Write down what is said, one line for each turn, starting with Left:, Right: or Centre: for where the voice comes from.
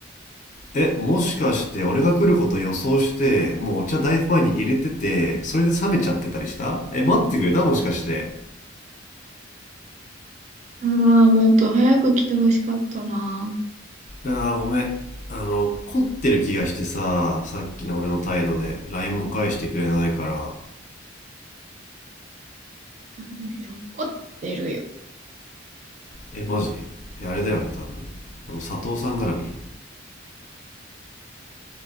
Left: え、もしかして俺が来ること予想して、もうお茶大ファンに入れてて、それで冷めちゃってたりしたえ、待っててくれたもしかして。
Right: ああ、もっと早く来てほしかったな。
Left: ああごめんあの怒ってる気がしてささっきの俺の態度で LINE も返してくれないから
Right: あのね、怒ってるよ。
Left: えマジいやあれだよね多分あの佐藤さん絡み